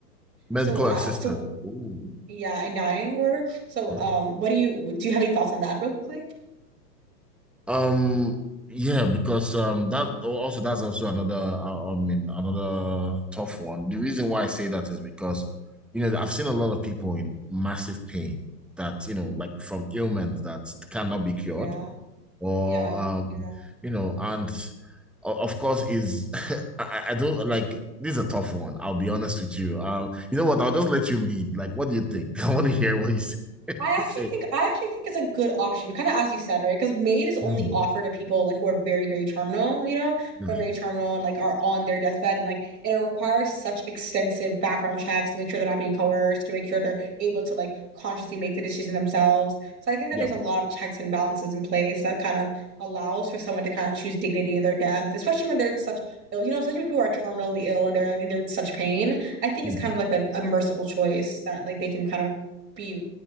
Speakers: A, in the centre; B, on the right.
A: medical
B: So, uh,
A: assistance.
B: so
A: Ooh.
B: yeah, in dying or whatever. So,
A: yeah.
B: um, what do you do? You have any thoughts on that, real quickly?
A: Um, yeah, because um that oh, also that's also another uh, I mean another tough one. The reason why I say that is because you know I've seen a lot of people in massive pain that you know like from ailments that cannot be cured
B: Yeah,
A: or
B: yeah,
A: um
B: exactly.
A: you know and o- of course is <laughs> I, I don't like this is a tough one. I'll be honest with you. Um, you know what? I'll just let you lead. Like, what do you think? <laughs> I want to hear what you say. <laughs>
B: I actually
A: Say.
B: think I actually think it's a good option, kind of as you said, right? Because Maid is only
A: Mm,
B: offered to people like who are very, very terminal, you know,
A: mm,
B: who are very terminal and like are on their deathbed, and like it requires such extensive background checks to make sure they're not being coerced, to make sure they're able to like consciously make the decision themselves. So I think that
A: Yeah,
B: there's a lot of checks and balances in place that kind of allows for someone to kind of choose dignity in their death, especially when they're such ill, you know, especially when people are terminally ill and they're like and they're in such pain. I think
A: mm,
B: it's kind of like a, a merciful choice that like they can kind of be